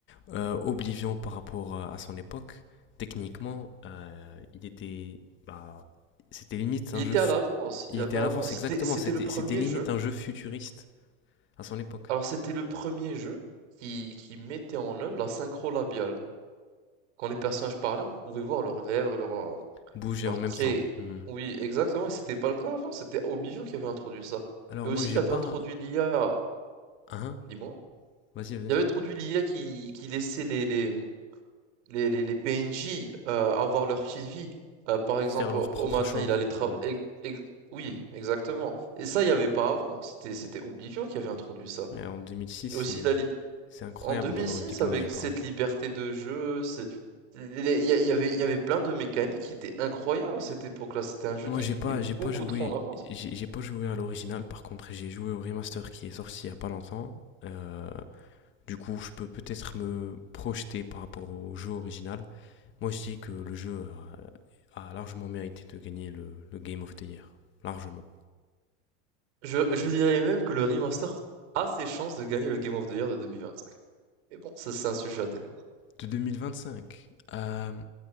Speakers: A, on the left; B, on the right.
A: euh, Oblivion par rapport euh, à son époque. Techniquement, euh, il était. Bah, c'était limite
B: Il
A: un
B: était
A: jeu. fu-
B: à l'avance,
A: Il
B: il était
A: était à
B: à l'avance.
A: l'avance, exactement.
B: C'était, c'était
A: C'était,
B: le premier
A: c'était limite
B: jeu.
A: un jeu futuriste à son époque.
B: Alors c'était le premier jeu qui, qui mettait en œuvre la synchro labiale. Quand les personnages parlaient, on pouvait voir leurs lèvres, leurs, euh,
A: Bouger
B: leurs
A: en même
B: traits.
A: temps. Hmm.
B: Oui, exactement. Et c'était pas le cas avant. C'était Oblivion qui avait introduit ça.
A: Alors,
B: Et aussi,
A: moi, j'ai
B: il avait
A: pas.
B: introduit l'IA.
A: Hein
B: dis
A: Vas-y, vas-y.
B: Il avait introduit l'IA qui, qui laissait les, les, les, les, les PNJ euh, avoir leur petite vie. Euh, par exemple,
A: Faire leur
B: au
A: propre
B: au matin,
A: choix.
B: il allait travailler.
A: Hmm.
B: Oui, exactement. Et ça, il n'y avait pas avant. C'était, c'était Oblivion qui avait introduit ça.
A: Et en 2006,
B: Et
A: c'est,
B: aussi, la, li-
A: c'est incroyable
B: en 2006,
A: d'avoir une technologie
B: avec
A: pareille.
B: cette liberté de jeu, c'est- les- il y, a- il y avait, il y avait plein de mécaniques qui étaient incroyables à cette époque-là. C'était un jeu
A: Moi,
B: qui
A: j'ai pas,
B: était
A: j'ai
B: beaucoup
A: pas joué,
B: trop en avance.
A: j'ai j'ai pas joué à l'original. Par contre, j'ai joué au remaster qui est sorti il y a pas longtemps. Euh, du coup, je peux peut-être me projeter par rapport au jeu original. Moi, je dis que le jeu a, a largement mérité de gagner le, le Game of the Year, largement.
B: Je, je dirais même que le remaster a ses chances de gagner le Game of the Year de 2025. Mais bon, ça c'est un sujet à débat.
A: De 2025, euh,